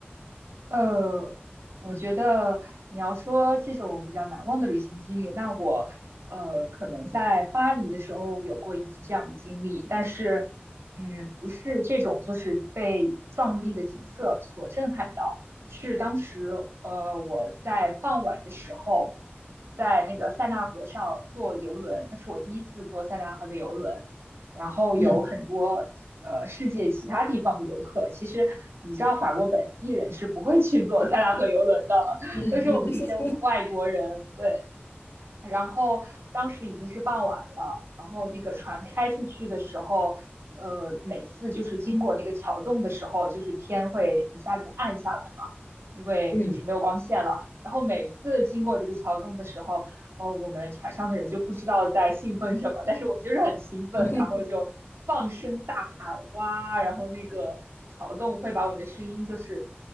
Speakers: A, on the right; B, on the left.
A: 呃，我觉得你要说这种比较难忘的旅行经历，那我呃可能在巴黎的时候有过一次这样的经历，但是嗯，不是这种就是被壮丽的景色所震撼到，是当时呃我在傍晚的时候，在那个塞纳河上坐游轮，那是我第一次坐塞纳河的游轮，然后有很多呃世界其他地方的游客，
B: 嗯
A: 其实你知道法国本地人是不会去坐塞纳河游轮的，<laughs>
B: 嗯嗯
A: 都是我们这些外国人，对，然后当时已经是傍晚了，然后那个船开出去的时候，呃，每次就是经过那个桥洞的时候，就是天会一下子暗下来嘛，因为就是没有光线了。
B: 嗯
A: 然后每次经过这个桥洞的时候，哦，我们船上的人就不知道在兴奋什么，但是我们就是很兴奋，
B: 嗯
A: 然后就放声大喊哇，然后那个桥洞会把我们的声音就是